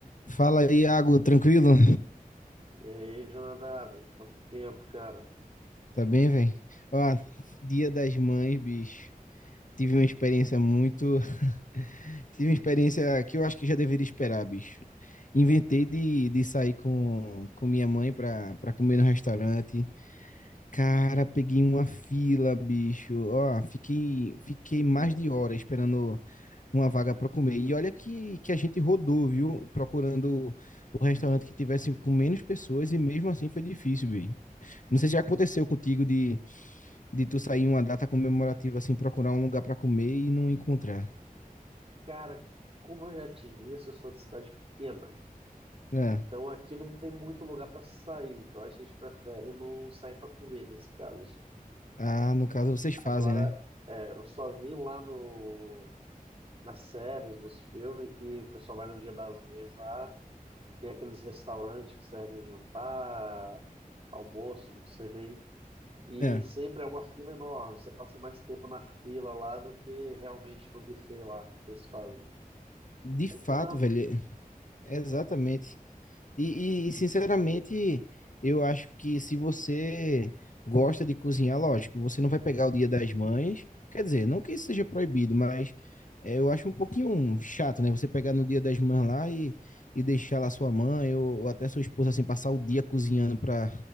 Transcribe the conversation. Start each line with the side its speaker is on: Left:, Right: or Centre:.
Left: Fala aí, Iago, tranquilo?
Right: E aí, Jonadab, quanto tempo, cara?
Left: Tá bem, velho? Ó, Dia das Mães, bicho. Tive uma experiência muito. <laughs> Tive uma experiência que eu acho que já deveria esperar, bicho. Inventei de, de sair com, com minha mãe pra, pra comer no restaurante. Cara, peguei uma fila, bicho. Ó, fiquei, fiquei mais de hora esperando uma vaga pra comer. E olha que, que a gente rodou, viu? Procurando o restaurante que tivesse com menos pessoas e mesmo assim foi difícil, bicho. Não sei se já aconteceu contigo de, de tu sair em uma data comemorativa, assim, procurar um lugar pra comer e não encontrar.
Right: Cara, como eu já te disse, eu sou de cidade pequena.
Left: É.
Right: Então aqui não tem muito lugar para sair. Então a gente prefere não sair para comer nesse caso.
Left: Ah, no caso vocês
Right: Agora,
Left: fazem, né?
Right: é, eu só vi lá no, nas séries, nos filmes, que o pessoal vai no Dia das Mães lá. Tem aqueles restaurantes que servem jantar, almoço, não sei bem. E
Left: É.
Right: sempre é uma fila enorme. Você passa mais tempo na fila lá do que realmente no buffet lá que eles fazem.
Left: De
Right: Aqui
Left: fato,
Right: não.
Left: velho, é- exatamente. E, e, sinceramente, eu acho que se você gosta de cozinhar, lógico, você não vai pegar o Dia das Mães. Quer dizer, não que isso seja proibido, mas é, eu acho um pouquinho chato, né? Você pegar no Dia das Mães lá e, e deixar lá sua mãe ou, ou até sua esposa, assim, passar o dia cozinhando para.